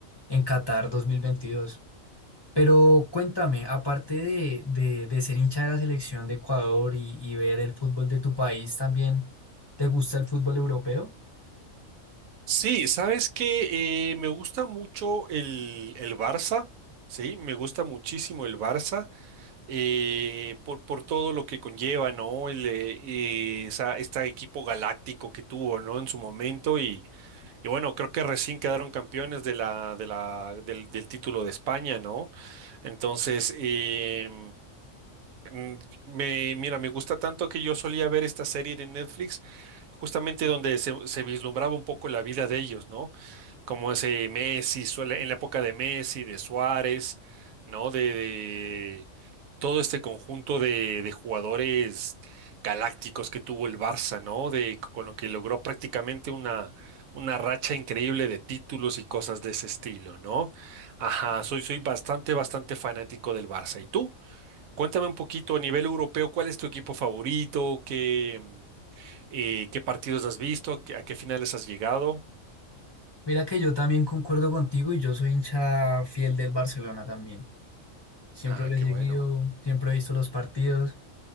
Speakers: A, on the left (about 25°); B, on the right (about 85°).
A: en Qatar dos mil veintidós Pero cuéntame, aparte de, de, de ser hincha de la selección de Ecuador y, y ver el fútbol de tu país, ¿también te gusta el fútbol europeo?
B: Sí, sabes que me gusta mucho el, el Barça, sí, me gusta muchísimo el Barça. eh, por, por todo lo que conlleva, ¿no? El, eh, eh, esa, este equipo galáctico que tuvo, ¿no? En su momento y, y bueno, creo que recién quedaron campeones de la, de la, del, del título de España, ¿no? Entonces, em, mm, me, mira, me gusta tanto que yo solía ver esta serie de Netflix, justamente donde se, se vislumbraba un poco la vida de ellos, ¿no? como ese Messi, suele, en la época de Messi, de Suárez, ¿no? De, de todo este conjunto de, de jugadores galácticos que tuvo el Barça, ¿no? De, con lo que logró prácticamente una, una racha increíble de títulos y cosas de ese estilo, ¿no? Ajá, soy, soy bastante, bastante fanático del Barça. ¿Y tú? Cuéntame un poquito a nivel europeo, ¿cuál es tu equipo favorito? ¿Qué, eh, qué partidos has visto? ¿A qué a qué finales has llegado?
A: Mira que yo también concuerdo contigo y yo soy hincha fiel del Barcelona también. Siempre
B: Ah,
A: lo
B: qué
A: he seguido,
B: bueno.
A: siempre he visto los partidos.